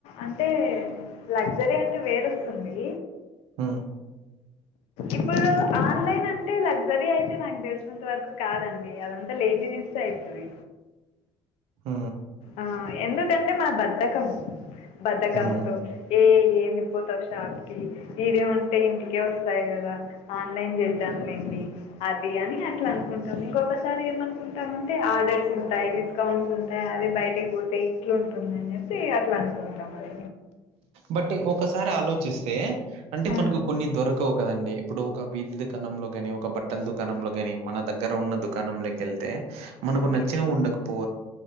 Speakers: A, on the left; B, on the right.
A: అంటే లగ్జరీ అంటే వేరొస్తుంది
B: హు
A: ఇప్పుడు ఆన్లైన్ అంటే లగ్జరీ అయితే నాకు తెలిసినంత వరకు కాదండి అదంతా లేజీనెస్ అవుతుంది
B: హు
A: ఆ ఎందుకంటే <unintelligible> బద్దకం బధకంతో
B: హ్మ్.
A: ఏ ఏమిపోత షాప్ కి ఇదే ఉంటే ఇంటికే కదా ఆన్లైన్ చేద్దామ్ లెండి అది అని అట్లా అనుకుంటుంది ఇంకొకసారి ఏమను ఉంటే ఆర్డర్స్ ఉంటాయి డిస్కౌంట్స్ ఉంటాయి అదే బయటి పోతే ఇట్లుంటుందని చెప్పి అట్లా అనుకుంటాం అం
B: బట్ ఒకసారి ఆలోచిస్తే అంటే
A: ఆ
B: మనకు కొన్ని దొరకవు కదండి ఇప్పుడు ఒక వీధి దుకాణంలో గాని ఒక బట్టల దుకాణంలో గాని మన దగ్గర ఉన్న దుకాణంలోకి వెళ్తే మనకు
A: ఓకే
B: నచ్చనవి ఉండకపో